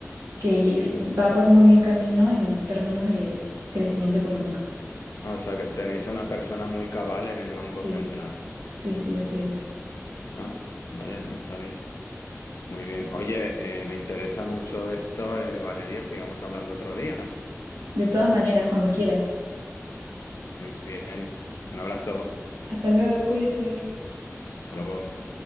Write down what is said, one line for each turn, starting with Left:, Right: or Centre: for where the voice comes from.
Right: que ye- va por muy bien camino en términos de crecimiento económico.
Left: Ah, o sea, que tenéis a una persona muy cabal en el Banco
Right: Sí,
Left: Central.
Right: sí, sí, así es.
Left: Ah, vaya, no lo sabía. Muy bien. Oye, eh, me interesa mucho esto, eh, Valeria. Sigamos hablando otro día.
Right: De todas maneras, cuando quieras.
Left: Muy bien. Un abrazo.
Right: Hasta luego, cuídate.
Left: Hasta luego.